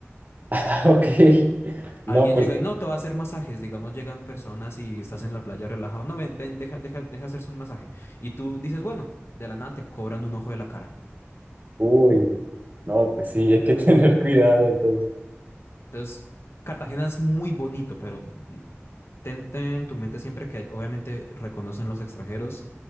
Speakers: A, on the right; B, on the left.
A: Ah, ok. No,
B: Alguien
A: pues,
B: llega y no, te va a hacer masajes, digamos, llegan personas y estás en la playa relajado, no, ven, ven, deja, deja, deja hacerse un masaje. Y tú dices, bueno, de la nada te cobran un ojo de la cara.
A: uy, no, pues sí, hay que <laughs> tener cuidado entonces.
B: Entonces, Cartagena es muy bonito, pero... Ten, ten en tu mente siempre que obviamente reconocen los extranjeros